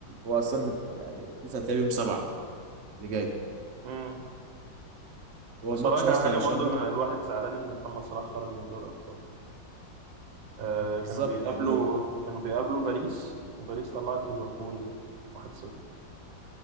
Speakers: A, on the right; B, on the right.
A: هو اصلا يعني لسه هيتلعب يوم سبعة اللي جاي
B: امم
A: هو
B: بس
A: الماتش
B: هقولك
A: اصلا
B: على حاجة
A: ان
B: برضو
A: شاء الله
B: انا الواحد زعلان ان محمد صلاح خرج من دوري الابطال آه
A: بالظبط
B: كانوا بيقابلوا
A: يعني
B: كانوا بيقابلوا باريس وباريس طلعت ليفربول 1-0